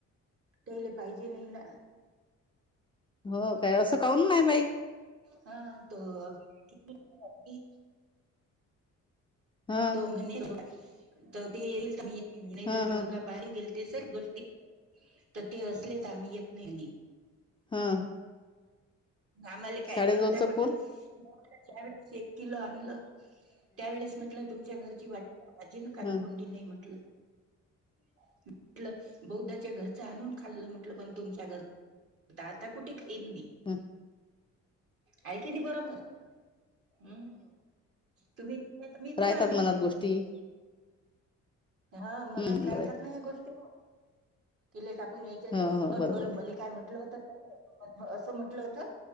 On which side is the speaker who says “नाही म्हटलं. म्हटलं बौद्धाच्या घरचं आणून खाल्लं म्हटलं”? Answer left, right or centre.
Right